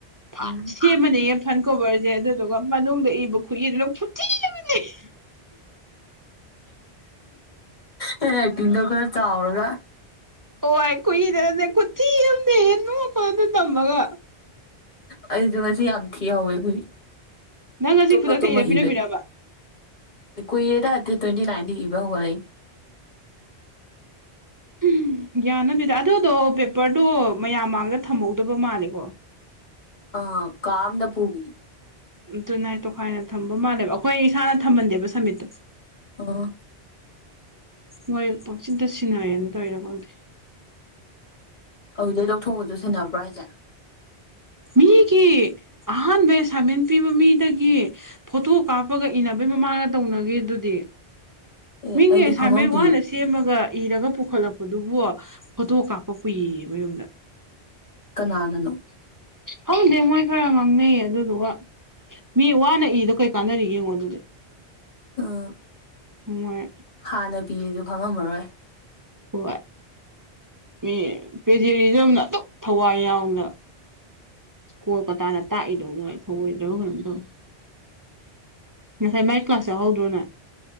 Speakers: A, on the right; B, on the left.
A: ꯐꯟ
B: ꯍꯦꯟ
A: ꯁꯦꯝꯃꯅꯦꯌꯦ ꯐ꯭ꯔꯟ ꯀꯣꯕꯔꯁꯦ ꯑꯗꯨꯗꯨꯒ ꯃꯅꯨꯡꯗ ꯏꯕ ꯈꯨꯠꯏꯗꯨꯅ ꯈꯨꯊꯤ ꯑꯃꯅꯦ <unintelligible>
B: ꯍꯦꯟꯔꯥꯏꯇꯤꯡꯗꯣ ꯈꯔ ꯆꯥꯎꯔꯒ
A: ꯍꯣꯏ ꯈꯨꯠꯏ ꯗꯨꯅꯅꯦ ꯈꯨꯊꯤ ꯑꯝꯅꯦꯌꯦ ꯅꯣꯛꯄ ꯑꯗꯨ ꯇꯝꯕꯒ
B: ꯑꯩꯁꯨ ꯉꯁꯤ ꯌꯥꯝ ꯊꯤꯍꯧꯋꯦ ꯈꯨꯠꯏ
A: ꯅꯪ ꯉꯁꯤ
B: ꯇꯨꯝꯃ
A: ꯈꯨꯗꯛꯇ
B: ꯇꯨꯝꯃ
A: ꯏꯔ ꯄꯤꯔꯝꯃꯤꯔꯕ
B: ꯏꯕꯩ ꯀꯨꯏꯔꯦꯗ ꯗꯦꯠ ꯇ꯭ꯋꯦꯟꯇꯤ ꯅꯥꯏꯟꯗꯩ ꯏꯕ ꯍꯧꯒꯠꯂꯛꯏꯅꯦ
A: ꯎꯝ ꯒ꯭ꯌꯥꯟ ꯑꯝꯅꯤꯗ ꯑꯗꯨꯗꯣ ꯄꯦꯄꯔꯗꯣ ꯃꯌꯥꯝ ꯃꯥꯡꯗ ꯊꯝꯍꯧꯗꯕ ꯃꯥꯜꯂꯦꯀꯣ
B: ꯑ ꯀꯥ ꯑꯃꯗ ꯄꯨꯒꯤ
A: ꯎꯝ ꯇꯨꯅꯥꯏ ꯇꯣꯈꯥꯏꯅ ꯊꯝꯕ ꯃꯥꯜꯂꯦꯕ ꯑꯩꯈꯣꯏ ꯏꯁꯥꯅ ꯊꯝꯍꯟꯗꯦꯕ ꯁꯃꯤꯠꯇꯣ
B: ꯑꯣ
A: ꯃꯣꯏ ꯄꯪꯁꯤꯟꯇ ꯁꯤꯟꯅꯩꯅ ꯇꯧꯔꯤꯔ ꯈꯪꯗꯦ
B: ꯑꯗꯨꯗꯩ ꯂꯧꯊꯣꯛꯑꯒꯁꯨ ꯁꯤꯟꯅꯕ꯭ꯔꯥ ꯍꯥꯏꯁꯦ
A: ꯃꯤꯒꯤ ꯑꯍꯥꯟꯕ ꯑꯦꯁꯥꯏꯟꯃꯦꯟ ꯄꯤꯕ ꯃꯤꯗꯒꯤ ꯐꯣꯇꯣ ꯀꯥꯞꯄꯒ ꯏꯅꯕꯩ ꯃꯃꯥꯡꯗ ꯇꯧꯅꯈ꯭ꯔꯤꯗꯨꯗꯤ
B: ꯑꯦ
A: ꯃꯤꯒꯤ
B: ꯑꯩꯗꯤ
A: ꯑꯦꯁꯥꯏꯟꯃꯦꯟ
B: ꯈꯪꯍꯧꯗꯦ
A: ꯋꯥꯅ ꯁꯦꯝꯃꯒ ꯏꯔꯒ ꯄꯨꯈꯠꯂꯛꯄꯗꯨꯕꯨ ꯐꯣꯇꯣ ꯀꯥꯞꯄ ꯄꯨꯏꯌꯦ ꯃꯌꯨꯝꯗ
B: ꯀꯅꯥꯅꯅꯣ
A: ꯈꯪꯗꯦ ꯃꯣꯏ ꯈꯔ ꯉꯥꯡꯅꯩ ꯑꯗꯨꯗꯨꯒ ꯃꯤ ꯋꯥꯅ ꯏꯔꯤꯗꯣ ꯀꯩ ꯀꯥꯟꯅꯔꯤꯒꯦ ꯌꯦꯡꯉꯣ ꯑꯗꯨꯗꯤ
B: ꯑꯥ
A: ꯃꯣꯏ
B: ꯍꯥꯟꯅ ꯄꯤꯌꯦꯁꯨ ꯈꯪꯉꯝꯃꯔꯣꯏ
A: ꯍꯣꯏ ꯃꯤ ꯄꯦꯖ꯭ꯔꯤꯖꯝꯅ ꯑꯗꯨꯛ ꯊꯋꯥꯏ ꯌꯥꯎꯅ ꯀꯣꯜꯀꯇꯥꯅ ꯇꯥꯛꯏꯗꯣ ꯃꯣꯏ ꯊꯧꯑꯣꯏꯗ꯭ꯔꯕ ꯀꯩꯅꯣꯝ ꯇꯧꯋꯦ ꯉꯁꯥꯏ ꯃꯥꯏ ꯀ꯭ꯂꯥꯁ ꯌꯥꯎꯍꯧꯗ꯭ꯔꯣ ꯅꯣꯏ